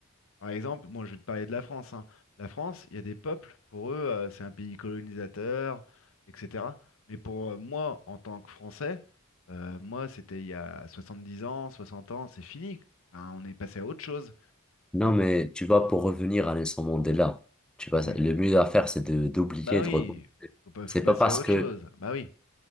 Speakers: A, on the left; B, in the centre.
A: Par exemple, moi, je vais te parler de la France, hein. La France, il y a des peuples, pour eux, euh, c'est un pays colonisateur, etc. Mais pour euh, moi, en tant que Français, euh, moi, c'était il y a 70 ans, 60 ans, c'est fini. Enfin, on est passé à autre chose,
B: Non,
A: hein.
B: mais tu vois, pour revenir à Nelson Mandela, tu vois,
A: Oui.
B: ça- le mieux à faire, c'est de d'oublier,
A: Bah
B: de
A: oui,
B: reconnaître.
A: faut pas,
B: C'est
A: faut passer
B: pas parce
A: à autre
B: que.
A: chose. Bah oui.